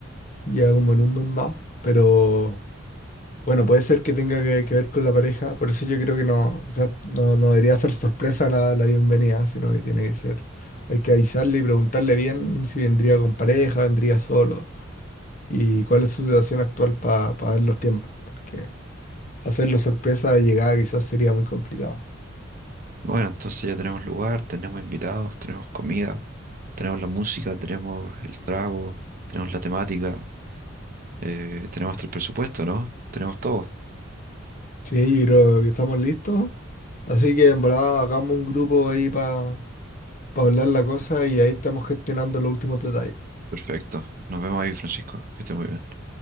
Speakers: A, on the left (about 40°); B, on the right (about 40°).
A: Ya como en un mes más, pero bueno, puede ser que tenga que, que ver con la pareja, por eso yo creo que no, quizás no, no debería ser sorpresa la, la bienvenida, sino que tiene que ser, hay que avisarle y preguntarle bien si vendría con pareja, vendría solo, y cuál es su situación actual para ver los tiempos, porque hacerlo sorpresa de llegada quizás sería muy complicado.
B: Bueno, entonces ya tenemos lugar, tenemos invitados, tenemos comida, tenemos la música, tenemos el trago, tenemos la temática. Eh, tenemos hasta el presupuesto, ¿no? Tenemos todo.
A: Sí, yo creo que estamos listos, así que en verdad hagamos un grupo ahí para para hablar la cosa y ahí estamos gestionando los últimos detalles.
B: Perfecto. Nos vemos ahí, Francisco. Que esté muy bien.